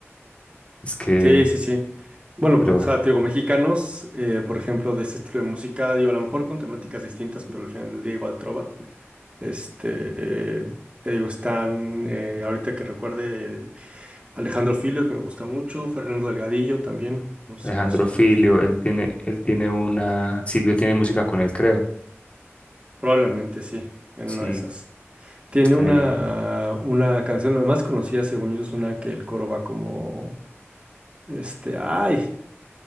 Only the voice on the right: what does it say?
Sí, sí, sí. Bueno,
pues, o sea, te digo, mexicanos, eh, por ejemplo, de ese estilo de música, digo, a lo mejor con temáticas distintas, pero al final del día igual trova. Este, eh, te digo, están, eh, ahorita que recuerde, Alejandro Filio, que me gusta mucho, Fernando Delgadillo también, no sé
si los conoces.
Probablemente sí, en
una de esas. Tiene una,
una canción, la más conocida, según yo, es una que el coro va como, este, ay,